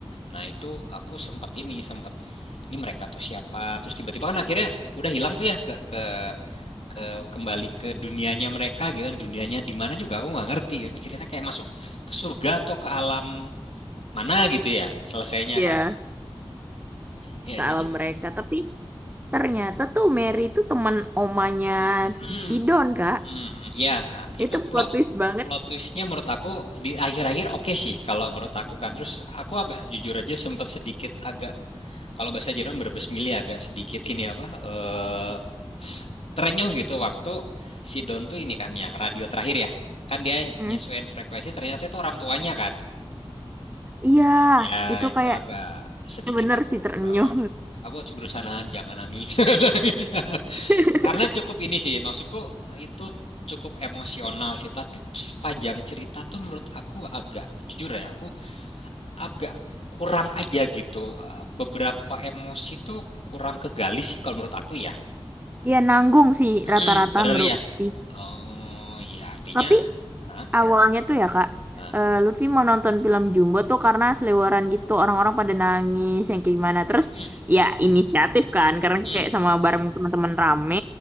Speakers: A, on the left (about 80°); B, on the right (about 20°).
A: nah itu aku sempat ini sempat ini mereka tuh siapa terus tiba-tiba kan akhirnya udah hilang tuh ya ke ke ke kembali ke dunianya mereka gitu kan dunianya di mana juga aku nggak ngerti gitu cerita kayak masuk ke surga atau ke alam mana gitu ya selesainya
B: Iya,
A: kan ya
B: ke
A: jadi
B: alam mereka. Tapi ternyata tuh Mary itu teman omanya
A: <clears throat>
B: Sidon, Kak.
A: Hmm, ya, itu
B: Itu
A: plot
B: plot twist banget
A: plot
B: sih.
A: twistnya menurut aku di akhir-akhir oke sih kalau menurut aku kan. Terus aku agak jujur aja sempat sedikit agak kalau bahasa Jerman berbesmili agak sedikit ini apa eh terenyuh gitu waktu si Don tuh ini kan yang radio terakhir ya. Kan dia
B: Hmm.
A: nyesuaiin frekuensi ternyata itu orang tuanya kan.
B: Iya,
A: Ya,
B: itu
A: itu
B: kayak
A: agak sedikit
B: eh, bener
A: aku
B: sih terenyuh.
A: eh, aku coba berusaha nahan jangan nangis. <laughs> Jangan nangis.
B: <laughs>
A: Karena cukup ini sih, maksudku eh, itu cukup emosional sih. Tapi sepanjang cerita tuh menurut aku agak, jujur ya, aku agak kurang aja gitu. Eh, Beberapa emosi tuh kurang kegali sih kalau menurut aku ya.
B: Iya, nanggung sih
A: Mm-mm,
B: rata-rata
A: bener
B: menurut
A: ya.
B: Bukti.
A: Oh ya artinya,
B: Tapi
A: nah,
B: Awalnya tuh ya Kak,
A: nah,
B: eh, Lutfi mau nonton film Jumbo tuh karena selebaran gitu orang-orang pada nangis yang kayak gimana. Terus
A: mm,
B: ya inisiatif kan karena
A: mm,
B: kayak sama bareng teman-teman rame,